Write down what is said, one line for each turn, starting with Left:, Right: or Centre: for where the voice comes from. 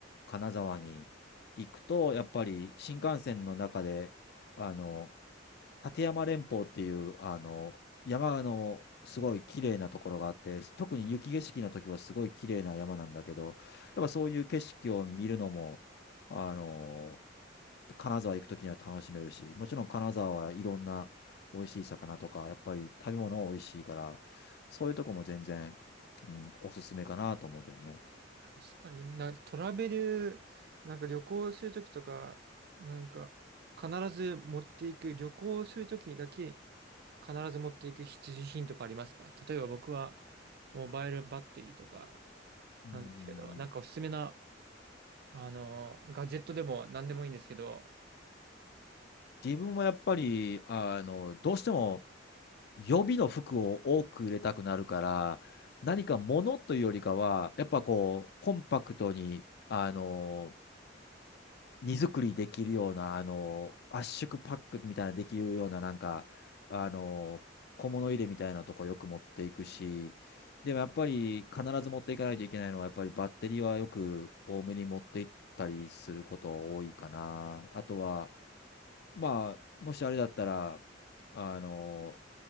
Left: 金沢に行くと、やっぱり新幹線の中で、あの、立山連峰っていう、あの、山のすごい綺麗なところがあって、特に雪景色の時はすごい綺麗な山なんだけど、やっぱそういう景色を見るのも、あの、金沢行くときには楽しめるし、もちろん金沢はいろんな美味しい魚とか、やっぱり食べ物は美味しいから、そういうとこも全然、うん、おすすめかなと思うけどね。
Right: 確かに。な、トラベル、なんか旅行するときとか、なんか必ず持っていく、旅行するときにだけ必ず持っていく必需品とかありますか例えば僕はモバイルバッテリーとか
Left: うん、
Right: なんですけど、なんかおすすめな、あの、ガジェットでも何でもいいんですけど、
Left: 自分はやっぱり、あの、どうしても予備の服を多く入れたくなるから、何か物というよりかは、やっぱこう、コンパクトに、あの、荷造りできるような、あの、圧縮パックみたいなできるような、なんか、あの、小物入れみたいなとこよく持っていくし、でもやっぱり必ず持っていかないといけないのは、やっぱりバッテリーはよく多めに持っていったりすること多いかな。あとは、まあ、もしあれだったら、あの、